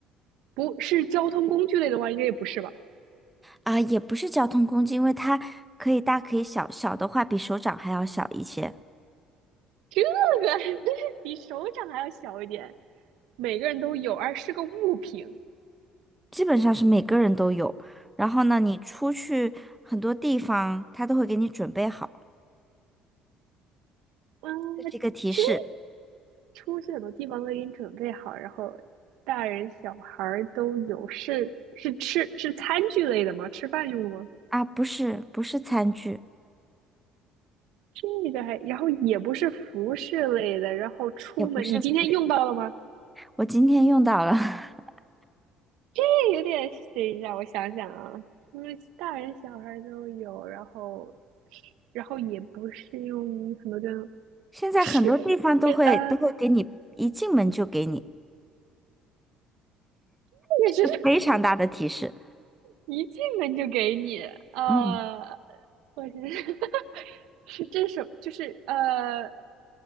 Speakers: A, on the right (about 80°); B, in the centre.
A: 不是交通工具类的话，应该也不是吧？
B: 啊，也不是交通工具，因为它可以大可以小，小的话比手掌还要小一些，
A: 这个 <laughs> 比手掌还要小一点，每个人都有，而是个物品。
B: 基本上是每个人都有。然后呢，你出去很多地方，他都会给你准备好，
A: 嗯，
B: 这是一个提示
A: 呃这出去很多地方都给你准备好，然后大人小孩儿都有，是是吃是餐具类的吗？吃饭用的吗？
B: 啊，不是不是餐具，
A: 这个还，然后也不是服饰类的，然后出门，
B: 也不是不是。
A: 你今天用到了吗？
B: 我今天用到了，<laughs>
A: 这有点，等一下，我想想啊，因为大人小孩都有，然后，然后也不是用很多地方
B: 现在很多地方都会都会给你，
A: 水，跟呃，
B: 一进门就给你，是一个非常大的提示。
A: 这个是一进门就给你，呃，
B: 嗯
A: 我是 <laughs> 是这是什么？就是呃，